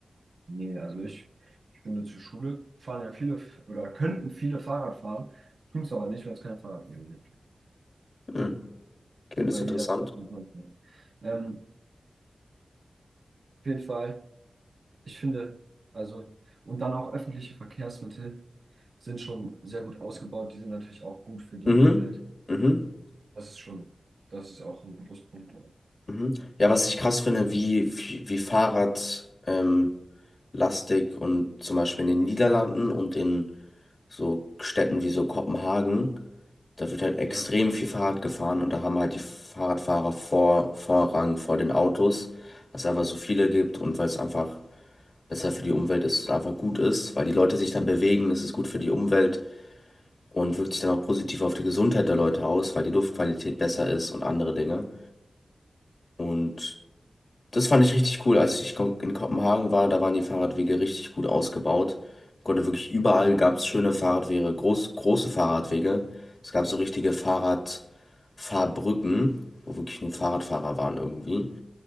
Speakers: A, on the right; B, on the left.
A: Nee, also ich, ich finde, zur Schule fahren ja viele, oder könnten viele Fahrrad fahren, tun es aber nicht, weil es keine Fahrradwege gibt.
B: Hm. Okay,
A: Und
B: das
A: weil
B: ist interessant.
A: jeder fährt wie sonst was. Ähm, auf jeden Fall, ich finde, also, und dann auch öffentliche Verkehrsmittel sind schon sehr gut ausgebaut. Die sind natürlich auch gut für die
B: Mhm,
A: Umwelt.
B: mhm,
A: Das ist schon, das ist auch ein Pluspunkt.
B: mhm. Ja, was ich krass finde, wie, wie, wie Fahrrad, ähm, lastig und zum Beispiel in den Niederlanden und in so Städten wie so Kopenhagen, da wird halt extrem
A: Ja,
B: viel Fahrrad gefahren und da haben halt die Fahrradfahrer vor, Vorrang vor den Autos, weil es einfach so viele gibt und weil es einfach besser für die Umwelt ist und einfach gut ist, weil die Leute sich dann bewegen, es ist gut für die Umwelt und wirkt sich dann auch positiv auf die Gesundheit der Leute aus, weil die Luftqualität besser ist und andere Dinge. Und das fand ich richtig cool. Als ich kon- in Kopenhagen war, da waren die Fahrradwege richtig gut ausgebaut. Konnte wirklich überall gab es schöne Fahrradwege, groß, große Fahrradwege. Es gab so richtige Fahrradfahrbrücken, wo wirklich nur Fahrradfahrer waren irgendwie.